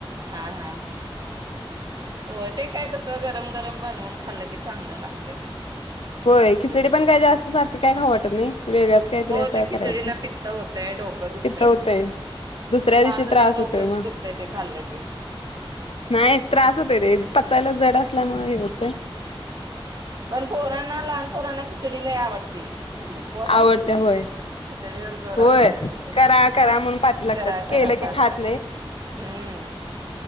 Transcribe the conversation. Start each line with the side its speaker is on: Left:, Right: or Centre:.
Right: हा हा हा हो ते काय कस गरम गरम बनून खाल्लं की चांगलं लागत
Left: होय खिचडी पण काय जास्त सारख काय ख वाटत नाही वेगळंच काहीतरी
Right: हो
Left: आता
Right: त्या खिचडीना
Left: करायचं
Right: पित्त होतय डोकं दुखतय
Left: पित्त होतय दुसऱ्या दिवशी
Right: माझं
Left: त्रास
Right: तर डोकं
Left: होतोय मग
Right: दुखतय ते खाल्लं की
Left: नाही त्रास होतोय ते पचायला जड असल्यामुळे हे होते.
Right: पण पोरांना लहान पोरांना खिचडी लाय आवडते उपवास
Left: आवडत
Right: असलि
Left: होय
Right: खिचडीवर जोर
Left: होय
Right: असत त्यांचा
Left: करा करा म्हणून पाठी लागतात
Right: करा करा
Left: केलं
Right: पाटल्या
Left: की खात
Right: हम्म